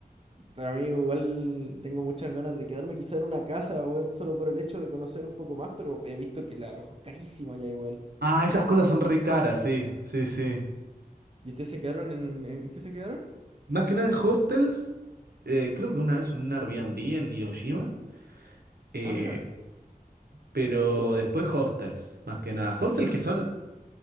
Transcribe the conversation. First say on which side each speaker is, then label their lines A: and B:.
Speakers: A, on the right; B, on the right.
A: Para mí igual tengo muchas ganas de quedarme quizá en una casa, weón, solo por el hecho de conocer un poco más, pero he visto que el alojo es carísimo allá igual.
B: Ah, esas cosas son re caras, sí, sí, sí.
A: ¿Y ustedes se quedaron en... ¿En en qué se quedaron?
B: Más que nada en hostels, eh, creo que una vez en un Airbnb en Hiroshima, eh,
A: Ah, mira.
B: pero después hostels, más que nada. Hostels que son